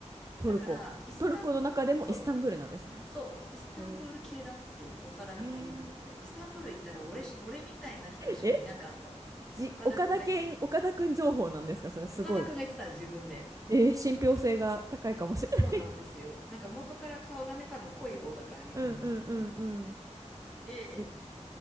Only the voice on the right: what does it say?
トルコトルコの中でもイスタンブールなんですね
へえへえ
えじ岡田健岡田くん情報なんですかそれはすごい
えー信憑性が高いかもしれない
うんうんうんうん
え